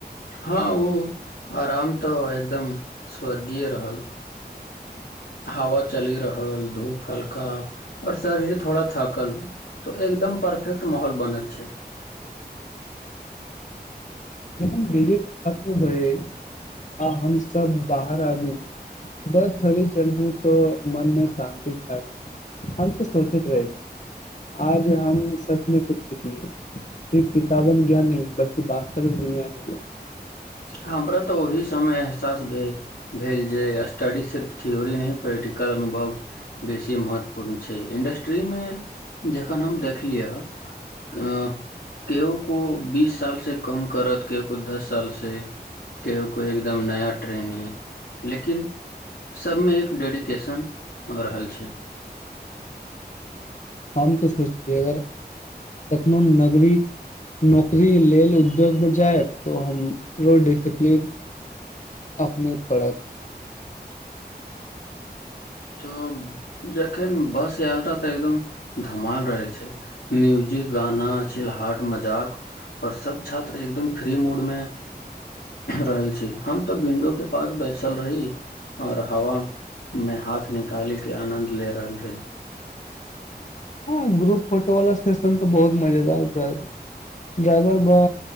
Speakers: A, on the left; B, on the left.
A: हँ ओ आराम तऽ एकदम स्वर्गीय रहल हवा चलि रहल धूप हल्का आओर शरीर थोड़ा थकल तऽ एकदम परफेक्ट माहौल बनल छै।
B: जखन बिजी खत्म होए आ हम सब बाहर आबी बस थोड़ी चलू तो मन मे शान्ति छाग हम तऽ सोचैत रही आज हम सचमें कुछ सिखलियै सिर्फ किताबन ज्ञान न बल्ि व्त। सब दुनिआके।
A: हमरा तऽ ओह समय एहसास भेल भेल जे स्टडी सिर्फ थ्योरी नहि प्रैक्टिकल अनुभव बेसी महत्वपूर्ण छै इंडस्ट्रीमे जखन हम देख लिअ केओ के बीस सालसँ कम करत केओ कोइ दस सालसँ। कहियओ कोइ एकदम नया ट्रेनिंग लेकिन सभमे एक डेडीकेशन हो रहल छै।
B: हम तो सोचलिय अगर कखनो नगरी नौकरी लेल उद्योग मे जाय तो हमरो डिसिप्लन अपने पड़त।
A: तऽ जखन बस यात्रा तऽ एकदम धमाल रहै। छै मयूज जी गाना छिलहट मजाक और सब छात्र एकदम फ्री मूड मे रहल छी हम तो विंडो के पास बैसल रही और हवा में हाथ। कखनी काले के आनन्द ले रहल रही
B: हँ ग्रुप फोटो वाला सेशन तऽ बहुत मजेदार ाव ड्राइवर ब